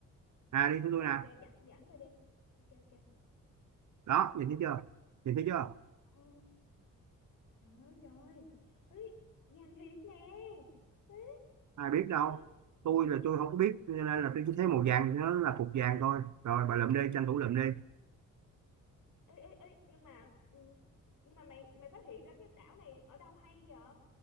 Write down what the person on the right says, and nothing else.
à đi
theo tôi
nè
đó nhìn thấy chưa nhìn thấy chưa
ai biết đâu
tôi là tôi không có biết cho nên là tôi chỉ thấy màu vàng nó là phục vàng thôi rồi bà lượm đi tranh thủ lượm đi